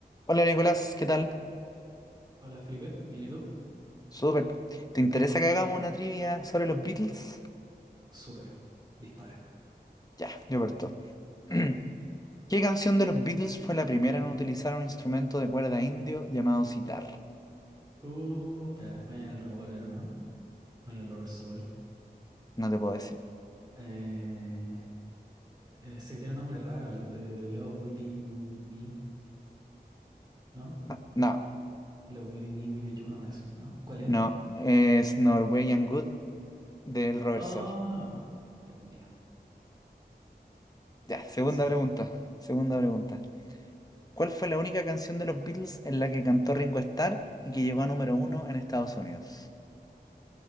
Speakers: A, on the left; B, on the right.
A: Hola Nicolás, ¿qué tal?
B: Hola Felipe, ¿bien y tú?
A: Súper. ¿Te interesa que hagamos una trivia sobre los Beatles?
B: Súper, dispara.
A: Ya, yo parto. <clears throat> ¿Qué canción de los Beatles fue la primera en utilizar un instrumento de cuerda indio llamado sitar?
B: Uh, espera, fue en el revólver, ¿no? O en el Robert Soul.
A: No te puedo decir.
B: Eh, ese que tiene un nombre raro, el de Love Within Me, ¿no?
A: No, no,
B: Love Within Me, Within You, no voy a decir, ¿no? ¿Cuál es?
A: no. Es Norwegian Wood del Robert
B: Oh,
A: Sol.
B: Dios mío,
A: Ya, segunda
B: lo siento.
A: pregunta. Segunda pregunta. ¿Cuál fue la única canción de los Beatles en la que cantó Ringo Starr y que llegó a número uno en Estados Unidos?